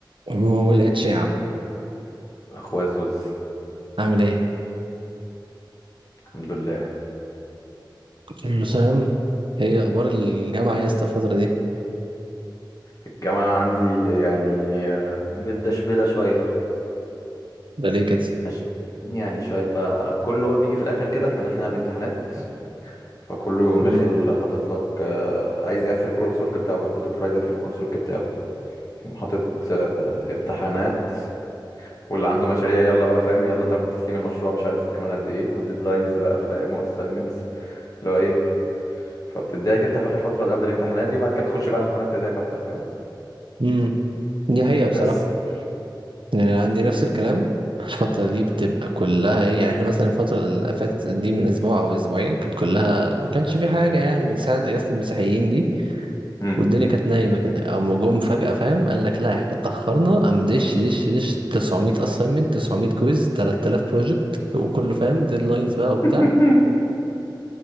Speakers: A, on the right; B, on the left.
A: يعني هو هو الاتش يا عم
B: اخويا الزوز
A: عامل ايه
B: الحمد لله
A: المسام هي اخبار الجامعه يا اسطى الفتره دي
B: الجامعة عندي يعني متدشبلة شوية
A: ده ليه كده
B: ماشي يعني شوية بقى كله بقى بيجي في الآخر كده احنا داخلين على الامتحانات فكله يقوم داخل
A: امم
B: حاطط لك آه، عايز يقفل الكورس ورك بتاعه بقى كل دكتور عايز يقفل الكورس ورك بتاعه يقوم حاطط آه، امتحانات واللي عنده مشاريع يلا بقى فاهم يلا طب تسليم المشروع مش عارف كمان قد ايه والديدلاينز بقى فاهم واساينمنتس اللي هو ايه فبتضايق انت في آخر فترة اللي قبل الامتحانات دي وبعد كده بتخش بقى الامتحانات تضايقك أكتر فاهم
A: امم دي حقيقه بصراحه
B: بس
A: يعني انا عندي نفس الكلام الفتره دي بتبقى كلها ايه يعني احنا مثلا الفتره اللي فاتت دي من اسبوع او اسبوعين كانت كلها ما كانش في حاجه يعني من ساعه اجازه المسيحيين دي
B: مم.
A: والدنيا كانت نايمه كده اما جم فجاه فاهم قال لك لا احنا اتاخرنا قام دش دش دش 900 اساينمنت 900 كويز 3000 بروجكت وكله فاهم ديدلاينز بقى وبتاع
B: <laughs>